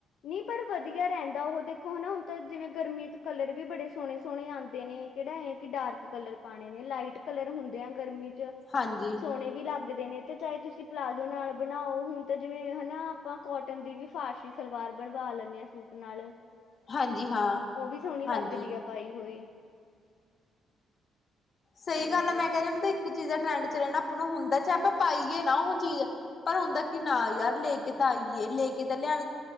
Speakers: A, on the left; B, on the left.
A: ਨਹੀਂ ਪਰ ਵਧੀਆ ਰਹਿੰਦਾ ਉਹ ਦੇਖੋ ਹਨਾ ਹੁਣ ਤਾਂ ਜਿਵੇਂ ਗਰਮੀਆਂ ਚ ਕਲਰ ਵੀ ਬੜੇ ਸੋਹਣੇ ਸੋਹਣੇ ਆਉਂਦੇ ਨੇ ਕਿਹੜਾ ਕਿ ਡਾਰਕ ਕਲਰ ਪਾਉਣੇ ਨੇ ਲਾਈਟ ਕਲਰ ਹੁੰਦੇ ਆ ਗਰਮੀ
B: ਹਾਂਜੀ
A: ਸੋਨੇ ਵੀ ਲੱਗਦੇ ਨੇ ਤੇ ਚਾਹੇ ਤੁਸੀਂ ਪਲਾਜ਼ੋ ਨਾਲ ਬਣਾਓ ਹੁਣ ਤਾਂ ਜਿਵੇਂ ਹਨਾ ਆਪਾਂ ਕੋਟਨ ਦੀ ਵੀ ਫਾਰਸ਼ਿਸ਼ ਸਲਵਾਰ ਬਣਵਾ ਲੈਂਦੇ ਹਾਂ ਸੂਟ ਨਾਲ
B: ਹਾਂਜੀ ਹਾਂ
A: ਉਹ ਵੀ ਸੋਹਣੀ ਲੱਗਦੀ
B: ਹਾਂਜੀ
A: ਆ ਪਾਈ ਹੋਈ।
B: ਸਹੀ
A: ਹਾਂਜੀ
B: ਗੱਲ ਆ ਮੈਂ ਕਹਿ ਰਿਹੀ ਹਦੇ ਇੱਕ ਚੀਜ਼ ਦਾ ਟਰੈਂਡ ਚ ਰਹਿਣਾ ਆਪ ਨੂੰ ਹੁੰਦਾ ਚੇ ਆਪਾਂ ਪਾਈਏ ਨਾ ਉਹ ਚੀਜ਼ ਪਰ ਹੁੰਦਾ ਕੀ ਨਾਂ ਯਾਰ ਲੈ ਕੇ ਤਾਂ ਆਈਏ ਲੇ ਕੇੱਲਿਆ